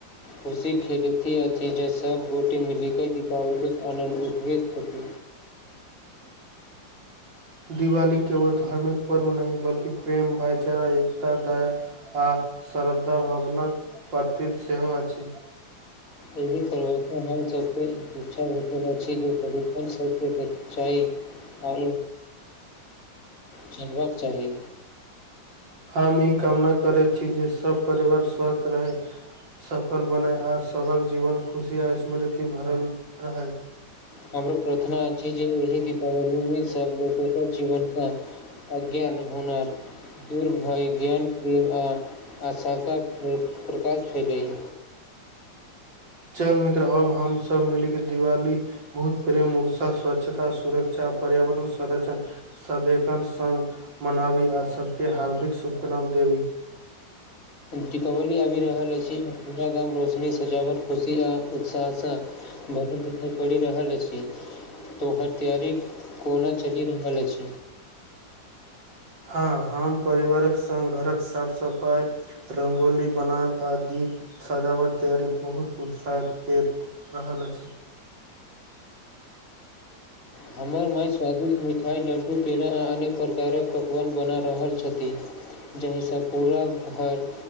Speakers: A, on the left; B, on the right.
A: खुशी खेलथी अथी ज सब गोटी मिली कई दीपावली आनन्द उठबी छथ
B: दिवाली केवल धार्मिक पर्व नही बल्कि प्रेम भाईचारा एकता दय आ श्रद्धा भवनक प्रतीत सेहो अछ
A: एहि करब हम सबके इच्छा भेटल अछि जे प्रदूषण सबक चाही आ चलबाक चाही
B: हम ई कामना करै छी जे सभ परिवार स्वस्थ रह सफल बनेय आ सबक जीवन खुशी आ स्मृति भरल है
A: हमर प्रार्थना अछि जे एहि दीपावलीमे सब लोकके जीवनस अगेन हुन दूर भय ज्ञान प्रेम आ आशाका प्रकाश भेल
B: चल मित्र अब हमसभ मिली के दिवाल भूत प्रेम उत्साह स्वच्छता सुरक्षा पर्यावरण संर्ष सदेखन सग मनावी आ सबके हार्दिक शुभकामना देव
A: दीपावली आबि रहल अछि पूरा गाम रोशनी सजावट खुशी आ उत्साहस बढ़त दिखाइ पड़ि रहल अछ तोहर तैयारी कोना चलि रहल अछ
B: हँ हम परिवारक संगङ्ग घरक साफ सफा र्गोली बनाब आ दीप सजावट तैयारी बहुत उत्साहित क रहल अछ
A: हमर माँ स्वादिष्ट मिठाइ लड्डू पेड़ा आ अनेक प्रकारक पकवान बना रहल छथ जाहिसँ पूरा घर